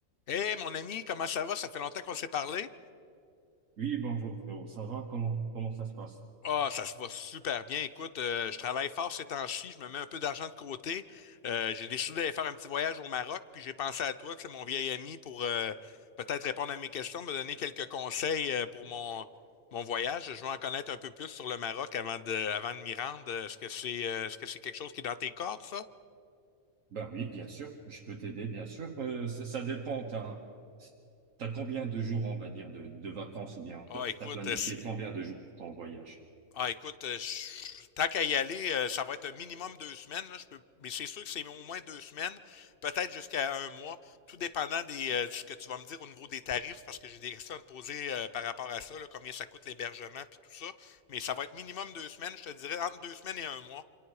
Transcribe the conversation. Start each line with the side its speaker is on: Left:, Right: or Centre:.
Left: Hey, mon ami, comment ça va? Ça fait longtemps qu'on s'est parlé.
Right: Oui, bonjour frérot, ça va? Comment, comment ça se passe?
Left: Ah, ça se va super bien. Écoute, euh, je travaille fort ces temps-ci, je me mets un peu d'argent de côté. Euh, j'ai décidé d'aller faire un petit voyage au Maroc, puis j'ai pensé à toi, tu sais, mon vieil ami, pour euh, peut-être répondre à mes questions, me donner quelques conseils euh, pour mon, mon voyage. Je veux en connaître un peu plus sur le Maroc avant de, avant de m'y rendre. Est-ce que c'est, euh, est-ce que c'est quelque chose qui est dans tes cordes, ça?
Right: Ben oui, bien sûr, je peux t'aider, bien sûr. Euh, ça, ça dépend, t'as, t'as combien de jours, on va dire, de, de vacances ou bien
Left: Ah,
Right: t'as
Left: écoute,
Right: t'as planifié
Left: euh, si,
Right: combien de jours pour ton voyage?
Left: Ah, écoute, euh, je- tant qu'à y aller, euh, ça va être un minimum deux semaines, là, je peux, mais c'est sûr que c'est au moins deux semaines, peut-être jusqu'à un mois, tout dépendant des, euh, de ce que tu vas me dire au niveau des tarifs, parce que j'ai des questions à te poser euh, par rapport à ça, là, combien ça coûte l'hébergement, puis tout ça. Mais ça va être minimum deux semaines, je te dirais entre deux semaines et un mois.